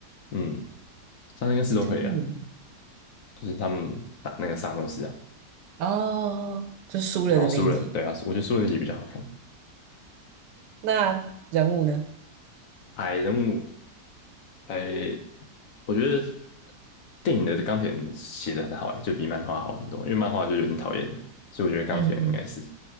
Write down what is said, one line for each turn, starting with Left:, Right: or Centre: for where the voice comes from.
Left: 嗯，三跟四都可以啊，
Right: 第三季有吗
Left: 就是他们打那个萨诺斯啊，
Right: 哦，就输了的那一集。
Left: 然后输了，对啊，我觉得输了那集比较好看。
Right: 那人物呢？
Left: 哎，人物哎，我觉得电影的钢铁人写的很好欸，就比漫画好很多。因为漫画就有点讨厌了，所以我觉得钢铁人应该是，
Right: 嗯哼，